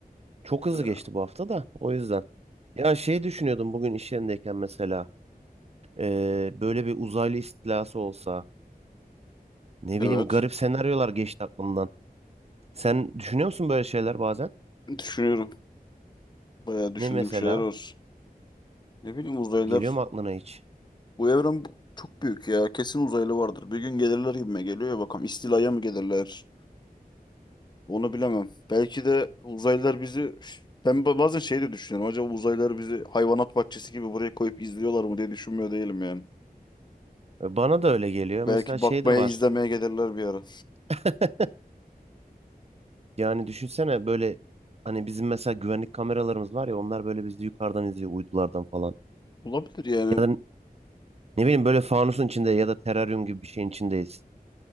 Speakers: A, on the right; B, on the left.
A: çok hızlı
B: Ya,
A: geçti bu hafta da. O yüzden. Ya şey düşünüyordum bugün iş yerindeyken mesela. ee, böyle bir uzaylı istilası olsa. Ne
B: Evet.
A: bileyim garip senaryolar geçti aklımdan. Sen düşünüyor musun böyle şeyler bazen?
B: Düşünüyorum. Bayağı düşündüğüm
A: Ne mesela?
B: şeyler var. Ne bileyim uzaylılar.
A: Geliyor mu aklına hiç?
B: Bu evren bu- çok büyük ya. Kesin uzaylı vardır. Bir gün gelirler gibime geliyor ya. Bakalım istilaya mı gelirler? Onu bilemem. Belki de uzaylılar bizi... Ben ba- bazen şey de düşünüyorum. Acaba uzaylılar bizi hayvanat bahçesi gibi buraya koyup izliyorlar mı diye düşünmüyor değilim yani.
A: Bana da öyle geliyor.
B: Belki
A: Mesela şey
B: bakmaya
A: de var.
B: izlemeye gelirler bir ara.
A: <laughs> Yani düşünsene böyle hani bizim mesela güvenlik kameralarımız var ya onlar böyle bizi yukarıdan izliyor uydulardan falan.
B: Olabilir yani.
A: Ya da ne bileyim böyle fanusun içinde ya da teraryum gibi bir şeyin içindeyiz.